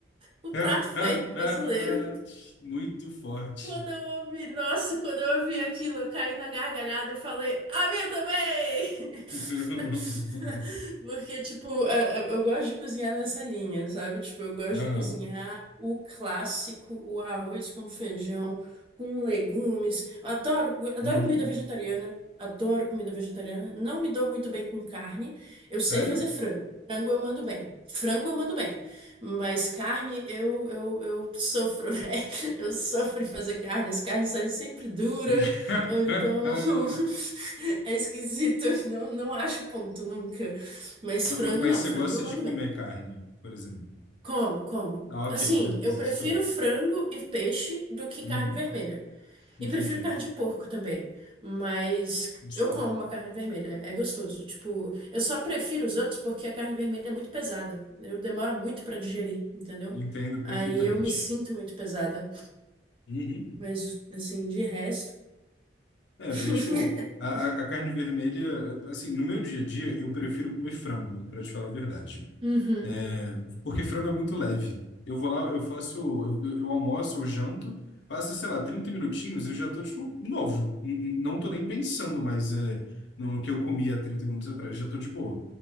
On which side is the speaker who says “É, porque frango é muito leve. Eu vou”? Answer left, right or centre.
Left